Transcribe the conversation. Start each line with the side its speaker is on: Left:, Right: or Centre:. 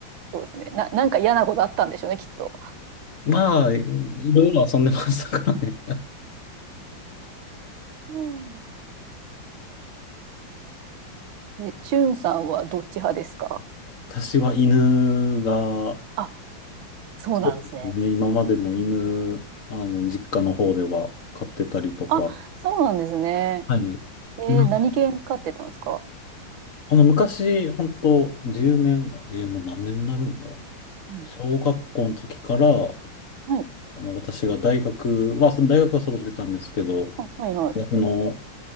Right: そうですね。な、なんか嫌なことあったんでしょうね、きっと。
Left: まあ、いろいろ遊んでましたからね。
Right: うん。え、しゅんさんはどっち派ですか
Left: 私は犬が
Right: あ、そうなんですね。
Left: そうですね。今までも犬、
Right: うん
Left: あの、実家の方では飼ってたりとか。
Right: あ、そうなんですね。
Left: はい。
Right: えー何犬飼ってたんですか
Left: なんか、あの、昔、本当10年、えーもう何年になるんだ。
Right: うん
Left: 小学校の時から、あ
Right: はい。
Left: の、私が大学は、その大学は外てたんですけど、
Right: あ、はいはい。
Left: 大学の